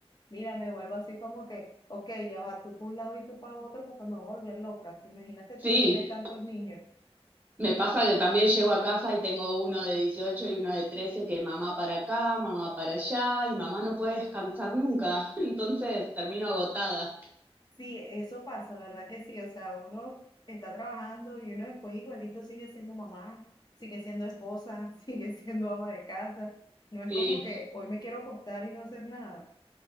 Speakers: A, on the left; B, on the right.
A: Mira, me vuelvo así como que, ok, ya va, tú por un lado y tú para otro, porque me voy a volver loca. Imagínate
B: Sí,
A: tú que tienes tantos niños.
B: Me pasa que también llego a casa y tengo uno de 18 y uno de 13 que mamá para acá, mamá para allá y mamá no puede descansar nunca, <laughs> entonces termino agotada.
A: Sí, eso pasa, ¿verdad que sí? O sea, uno está trabajando y uno después igualito sigue siendo mamá, sigue siendo esposa, <laughs> sigue siendo ama de casa. No es
B: Sí,
A: como que hoy me quiero acostar y no hacer nada.